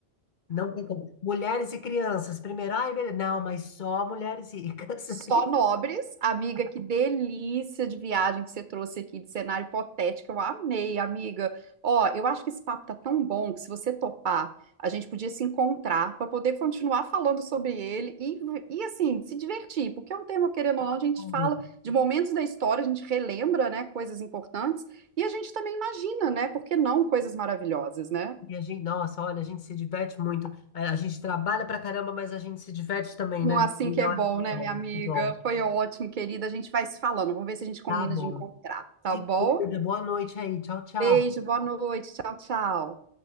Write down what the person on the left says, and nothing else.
Não tem como. Mulheres e crianças, primeiro. Ai, beleza. Não, mas só mulheres ricas.
<laughs> Aí,
cara,
E a gente, nossa, olha, a gente se diverte muito. A a gente trabalha pra caramba, mas a gente se diverte também,
né?
menina?
Olha,
que
bom,
que bom.
Tá bom.
Se
cuida. Boa noite aí. Tchau, tchau.